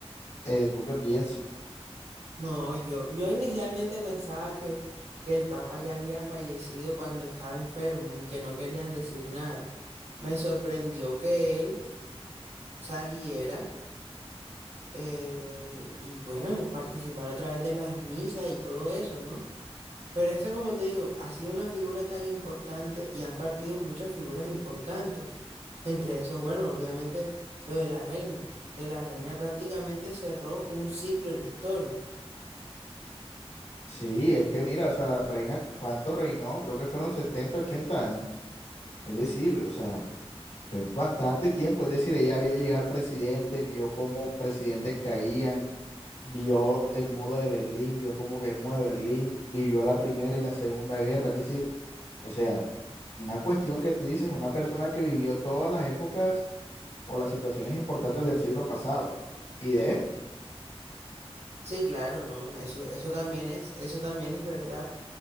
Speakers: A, on the left; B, on the right.
A: eh, ¿tú qué piensas?
B: No, yo, yo inicialmente pensaba que, que el papa ya había fallecido cuando estaba enfermo y que no querían decir nada. Me sorprendió que él saliera eh, y bueno, participar a través de las misas y todo eso, ¿no? Pero es que como te digo, ha sido una figura tan importante y han partido muchas figuras importantes. Entre esos, bueno, obviamente lo de la reina, que la reina prácticamente cerró un ciclo en la historia.
A: Sí, es que mira, o sea, la reina, ¿cuánto reinó? Creo que fueron 70, 80 años. Es decir, o sea, Fue bastante tiempo, es decir, ella vio llegar presidentes, vio cómo presidentes caían, vio el muro de Berlín, vio cómo cayó el muro de Berlín, vivió la primera y la segunda guerra, es decir, o sea, una cuestión que tú dices, una persona que vivió todas las épocas o las situaciones importantes del siglo pasado y de este.
B: Sí, claro, ¿no? Eso, eso también es, eso también es verdad.